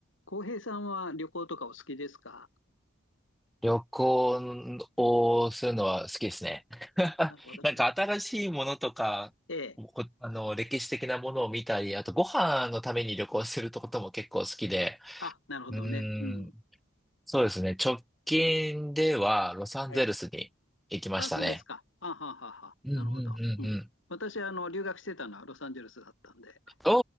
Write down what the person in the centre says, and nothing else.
旅行をするのは好きですね。<laughs>
なんか新しいものとか、
こあの、歴史的なものを見たり、あとご飯のために旅行することも結構好きで、
うー
ん、そうですね。直近ではロサンゼルスに行きましたね。
うんうんうんうん。
お、